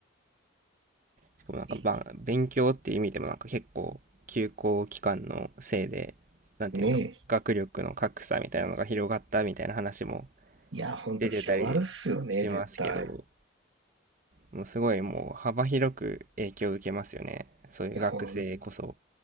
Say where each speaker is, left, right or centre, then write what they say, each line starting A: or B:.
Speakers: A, on the right; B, on the right.
A: しかもなんか、
B: え、い
A: ばん勉強っていう意味でもなんか結構、休校期間のせいで、なんていうんだろう、
B: ねえ。
A: 学力の格差みたいなのが広がったみたいな話も
B: いや、ほんと広がるっすよね、
A: 出てたりしますけど、
B: 絶対。
A: もうすごいもう幅広く影響を受けますよね。そういう学生こそ。
B: いや、ほん、い